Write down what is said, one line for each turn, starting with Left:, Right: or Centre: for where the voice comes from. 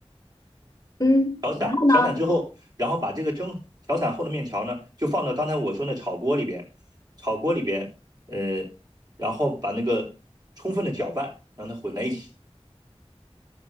Left: 嗯，
Right: 调散，
Left: 然后呢，
Right: 调散之后，然后把这个蒸调散后的面条呢，就放到刚才我说那炒锅里边，炒锅里边，呃，然后把那个充分的搅拌，让它混在一起，